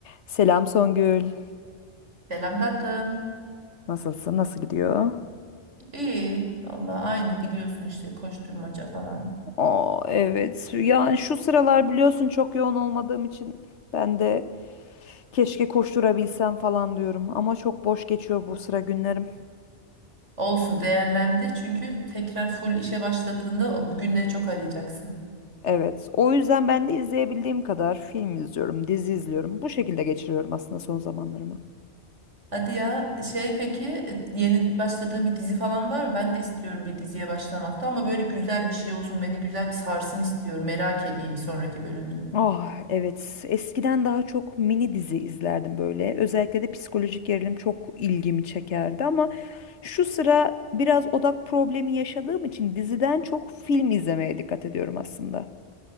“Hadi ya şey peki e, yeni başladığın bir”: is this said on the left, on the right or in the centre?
Right